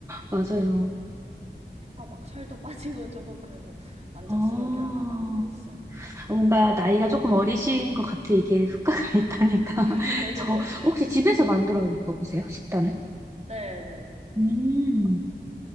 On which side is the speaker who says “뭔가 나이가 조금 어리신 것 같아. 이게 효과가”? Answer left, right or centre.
Right